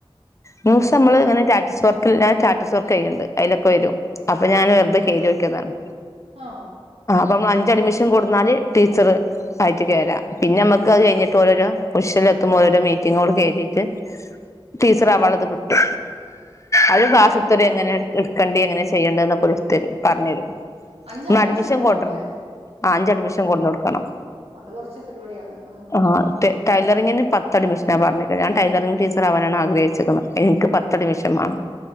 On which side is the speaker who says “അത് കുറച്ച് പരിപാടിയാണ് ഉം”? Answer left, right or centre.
Right